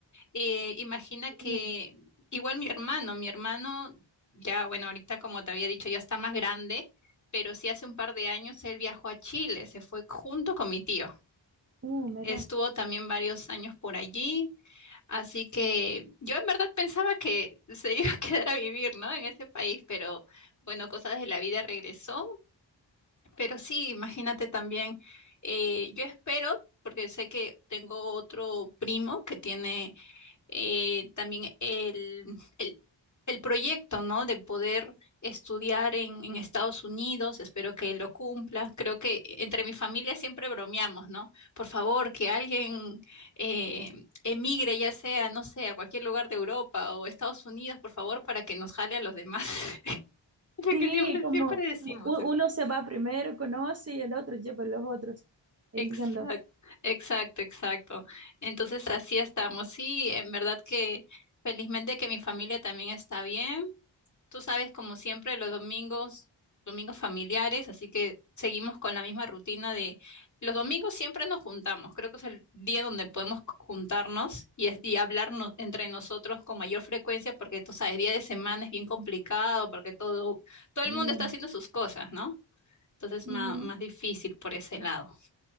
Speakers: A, on the left; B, on the right.
A: Eh, imagina que
B: Uh,
A: igual mi hermano, mi hermano ya, bueno, ahorita como te había dicho, ya está más grande, pero sí hace un par de años él viajó a Chile, se fue junto con mi tío.
B: uh, mira.
A: Estuvo también varios años por allí Así que yo en verdad pensaba que <laughs> se iba a <laughs> quedar a vivir, ¿no? En ese país, pero bueno, cosas de la vida regresó. Pero sí, imagínate también, eh, yo espero, porque sé que tengo otro primo que tiene eh, también el, el el proyecto, ¿no? De poder estudiar en, en Estados Unidos, espero que lo cumpla. Creo que entre mi familia siempre bromeamos, ¿no? Por favor, que alguien eh, emigre, ya sea, no sé, a cualquier lugar de Europa o Estados Unidos, por favor, para que nos jale a los demás. <laughs> Lo
B: Sí,
A: que siempre,
B: como
A: siempre decimos
B: u-
A: es.
B: uno se va primero, conoce y el otro lleva a los otros, entiendo.
A: Exacto, exacto, exacto. Entonces así estamos. Sí, en verdad que felizmente que mi familia también está bien. Tú sabes, como siempre, los domingos, domingos familiares, así que seguimos con la misma rutina de los domingos siempre nos juntamos. Creo que es el día donde podemos c- juntarnos y, es- y hablarnos entre nosotros con mayor frecuencia, porque tú sabes, día de semana es bien complicado, porque todo, todo
B: Y,
A: el mundo está haciendo sus cosas, ¿no? Entonces es
B: ujú.
A: más, más difícil por ese lado.